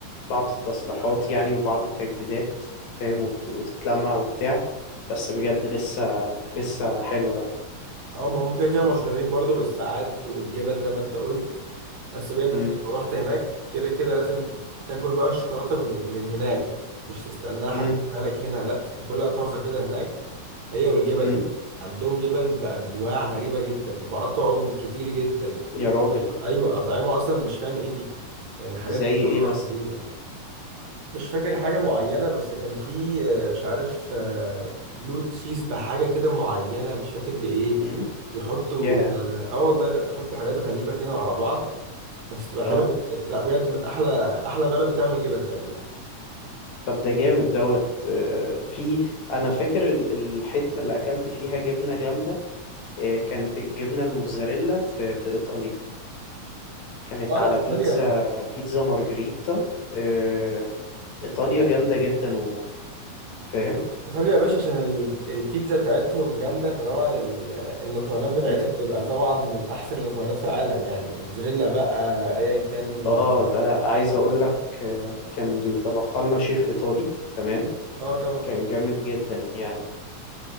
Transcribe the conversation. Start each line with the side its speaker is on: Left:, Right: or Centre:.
Left: بعض التصليحات يعني وبعض التجديدات فاهم وت- وتتلمع وبتاع بس بجد لسه لسه حلوة يعني
Right: اه ما هم كده كده مشهورين برضو بالساعات والجبن زي ما انت قلت بس بجد
Left: امم
Right: انت لما رحت هناك كده كده لازم تاكل بقى الشوكولاته من من هناك مش تستناها حد
Left: امم
Right: يجيبها لك هنا لا تاكلها طازه كده هناك هي والجبن
Left: امم
Right: عندهم جبن بانواع غريبه جدا باطعم كتير جدا
Left: يا راجل
Right: ايوه اطعمه اصلا مش فاهم ايه دي يعني حاجات
Left: زي ايه مثلا
Right: غريبه مش فاكر حاجة معينة بس كان في آه، مش عارف آه، بلو تشيز بحاجة كده معينة مش فاكر بإيه
Left: امم
Right: بيحطوا
Left: ياه
Right: اه آه، والله لا بيحطوا حاجات غريبة كده على بعض بس تبقى حلوة
Left: اه
Right: جدا لا بجد من أحلى أحلى بلد بتعمل جبن تقريبا
Left: طب ده جامد دوت آه، في انا فاكر ال- الحته اللي اكلت فيها جبنه جامده آه، كانت الجبنه الموتزاريلا في في ايطاليا كانت
Right: اه
Left: على
Right: لا إيطاليا
Left: بيتزا بيتزا مارجريتا آه، ايطاليا جامده جدا وفاهم
Right: إيطاليا يا باشا عشان ال- البيتزا بتاعتهم جامدة فطبعا ال- المكونات بتاعتها
Left: مم.
Right: بتبقى طبعا من أحسن المكونات في العالم يعني الموتزاريلا بقى أيا كان
Left: اه ده لا عايز اقول لك آه، كان اللي طبخها لنا شيف ايطالي تمام
Right: اه طبعا
Left: كان جامد جدا يعني